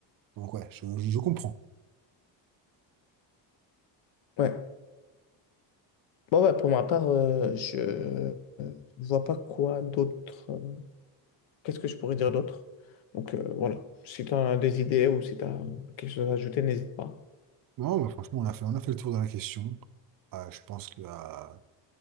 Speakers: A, on the right; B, on the left.
A: Donc ouais, je, je- je comprends.
B: Ouais. Bon, ouais, pour ma part, euh, je euh, je vois pas quoi d'autre. euh, Qu'est-ce que je pourrais dire d'autre? Donc euh, voilà, si tu as des idées ou si tu as quelque chose à ajouter, n'hésite pas.
A: Non, mais franchement, on a fait, on a fait le tour de la question. Euh, je pense que euh, euh,